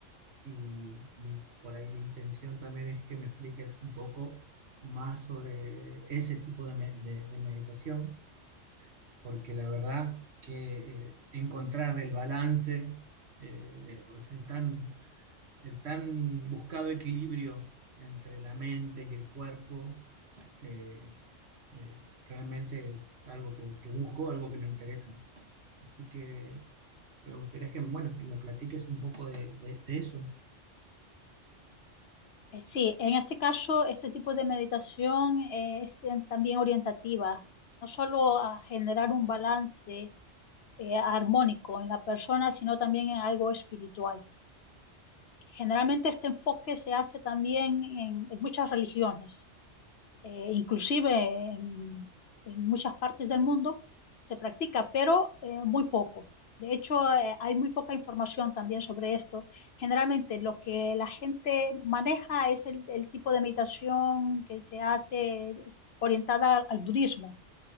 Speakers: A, on the right; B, on the left.
A: y mi- por ahí mi intención también es que me expliques un poco más sobre ese tipo de, me- de de meditación porque la verdad que eh, encontrar el balance, eh, o sea, el tan, el tan buscado equilibrio entre la mente y el cuerpo, eh, eh, realmente es algo que, que busco, algo que me interesa. Así que me gustaría que, bueno, que me platiques un poco de, de- de eso.
B: Eh, Sí, en este caso, este tipo de meditación eh, es eh, también orientativa, no solo a generar un balance eh, armónico en la persona, sino también en algo espiritual. Generalmente este enfoque se hace también en, en muchas religiones eh, inclusive en, en muchas partes del mundo se practica, pero eh, muy poco. De hecho, eh, hay muy poca información también sobre esto. Generalmente lo que la gente maneja es el, el tipo de meditación que se hace orientada al budismo